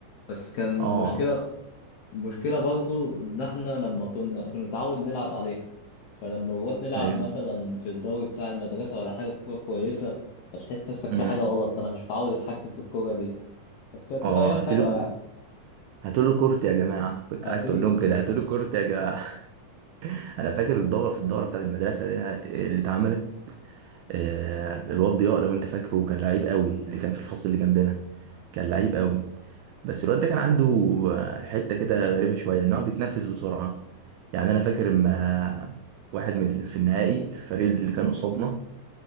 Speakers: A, on the left; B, on the right.
A: بس كان
B: اه
A: مشكلة مشكلة برضو إن إحنا لما كنا كنا نتعود نلعب عليها فلما نروح نلعب
B: ايوه
A: مثلا في الدوري بتاع المدرسة ولا حاجة كورة كويسة فتحس نفسك
B: أمم،
A: في حاجة غلط أنا مش متعود أتحكم في الكورة دي بس كانت
B: اه
A: تبقى أيام
B: هاتولي
A: حلوة يعني
B: هاتولي كورت يا جماعه كنت
A: هاتولي
B: عايز تقول
A: كورة
B: لهم كده هاتولي كورت يا جماعه <laughs> انا فاكر الدوره في الدوره بتاعت المدرسه دي اللي اتعملت آه، الواد ضياء لو انت فاكره كان لعيب قوي اللي كان في الفصل اللي جنبنا كان لعيب قوي بس الواد ده كان عنده آه، حته كده غريبه شويه ان هو بيتنفس بسرعه يعني انا فاكر اما واحد من ال- في النهائي الفريق اللي كان قصادنا